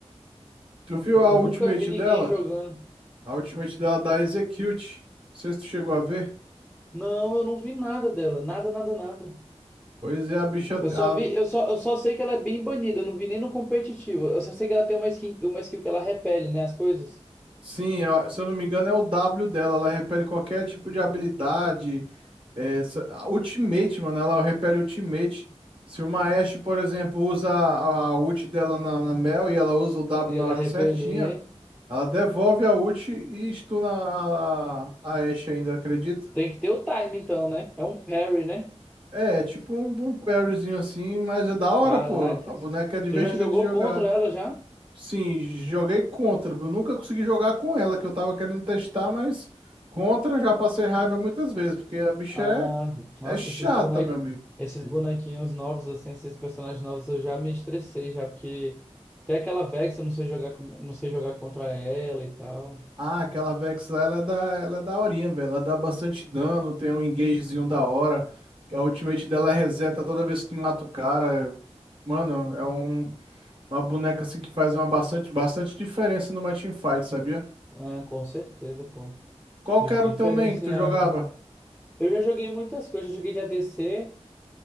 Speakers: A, on the right; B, in the centre.
A: Tu viu
B: eu,
A: a
B: eu
A: ultimate
B: nunca vi ninguém
A: dela?
B: jogando.
A: A ultimate dela dá Execute. Não sei se tu chegou a ver.
B: Não, eu não vi nada dela, nada, nada, nada.
A: Pois é, a bicha.
B: Eu só
A: a-
B: vi, eu só, eu só sei que ela é bem banida, eu não vi nem no competitivo. Eu só sei que ela tem uma skin, uma skill que ela repele, né, as coisas.
A: Sim, eu- se eu não me engano, é o W dela. Ela repele qualquer tipo de habilidade. É, se- a Ultimate, mano, ela repele Ultimate. Se uma Ashe, por exemplo, usa a a ult dela na, na Mel e ela usa o W
B: E
A: na
B: ela
A: hora
B: repelir,
A: certinha, ela devolve a ult e stuna a, a a Ashe ainda, acredita?
B: tem que ter o time então, né? É um parry, né?
A: É, é tipo um, um parryzinho assim, mas é da hora,
B: Caracas.
A: pô. A boneca é divertida
B: Tu já jogou
A: de jogar.
B: contra ela já?
A: Sim, joguei contra. Eu nunca consegui jogar com ela, que eu tava querendo testar, mas contra eu já passei raiva muitas vezes, porque a bicha
B: Ah, nossa,
A: é, é chata,
B: esses bonequinhos,
A: meu amigo.
B: esses bonequinhos novos, assim, esses personagens novos, eu já me estressei já, porque tem aquela Vex, eu não sei jogar, com- não sei jogar contra ela e tal.
A: Ah, aquela Vex lá, ela dá ela é daorinha, velho. Ela dá bastante dano, tem um engagezinho da hora. A ultimate dela é reseta toda vez que tu mata o cara. Mano, é um, uma boneca assim que faz uma bastante, bastante diferença numa teamfight, sabia?
B: Ah, com certeza, pô.
A: Qual
B: Di-
A: que
B: Diferenciando.
A: era o teu main que tu jogava?
B: ó. Eu já joguei muitas coisas, eu joguei de ADC,